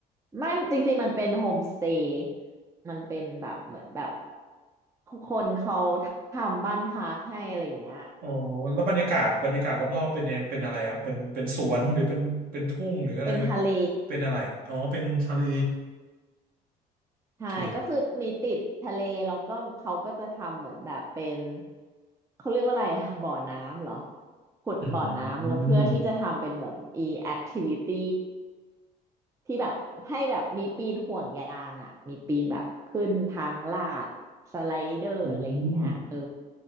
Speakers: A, on the right (about 15°); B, on the right (about 60°).
A: ไม่จริงๆมันเป็นโฮมสเตย์มันเป็นแบบเหมือนแบบคนเขาทำบ้านพักให้อะไรอย่างเงี้ย
B: อ๋อแล้วบรรยากาศบรรยากาศรอบๆเป็นยังเป็นอะไรครับ เป็นเป็นสวนหรือเป็นเป็นทุ่งหรืออะไร
A: เป็นทะเล
B: เป็นอะไร อ๋อเป็นทะเล
A: ใช่ก็คือมีติดทะเลแล้วก็เขาก็จะทำเหมือนแบบเป็น
B: โอเค
A: เขาเรียกว่าอะไรอะบ่อน้ำเหรอขุดบ่อน้ำแล้วเพื่อที่จะทำเป็นเหมือน
B: อืม
A: e activity ที่แบบให้แบบมีปีนห่วงยางอ่ะมีปีนแบบขึ้นทางลาดสไลเดอร์อะไรอย่างเงี้ยเออ
B: อืม